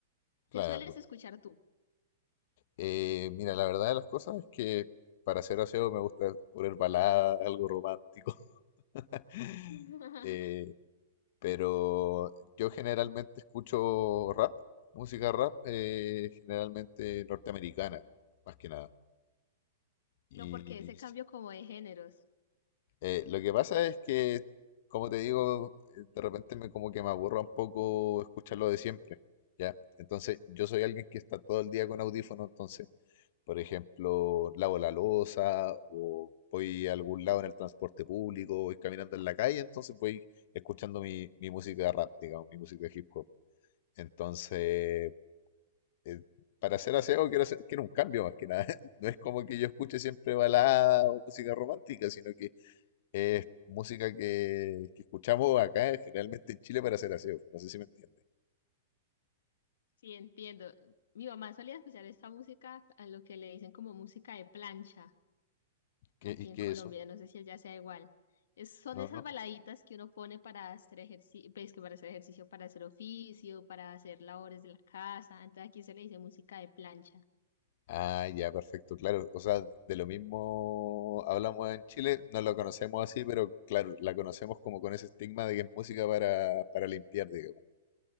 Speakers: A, on the left; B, on the left.
A: Claro.
B: ¿Qué sueles escuchar tú?
A: Eh, mira, la verdad de las cosas es que para hacer aseo me gusta poner balada, algo romántico. <laughs>
B: <laughs>
A: Eh, pero yo generalmente escucho rap, música rap, eh, generalmente norteamericana, más que nada. Y
B: Pero porque ese cambio como de géneros.
A: eh, lo que pasa es que, como te digo, eh, de repente me como que me aburro un poco escuchar lo de siempre, ¿ya? Entonces, yo soy alguien que está todo el día con audífono, entonces Por ejemplo, lavo la loza o voy a algún lado en el transporte público, voy caminando en la calle, entonces voy escuchando mi, mi música rap, digamos, mi música hip hop. Entonces, eh, para hacer aseo quiero hacer, quiero un cambio más que nada. <laughs> No es como que yo escuche siempre balada o música romántica, sino que es música que, que escuchamos acá generalmente en Chile para hacer aseo. No sé si me entiende.
B: Sí, entiendo. Mi mamá solía escuchar esta música, a lo que le dicen como música de plancha
A: ¿Qué-
B: aquí
A: ¿Y qué
B: en Colombia,
A: es eso?
B: no sé si allá sea igual. Es- son
A: No,
B: esas
A: no.
B: baladitas que uno pone para hacer ejercicio, pues que para hacer ejercicio, para hacer oficio, para hacer labores de la casa. Entonces aquí se le dice música de plancha.
A: Ah, ya, perfecto, claro. O sea, de lo mismo hablamos en Chile, no lo conocemos así, pero claro, la conocemos como con ese estigma de que es música para, para limpiar, digamos,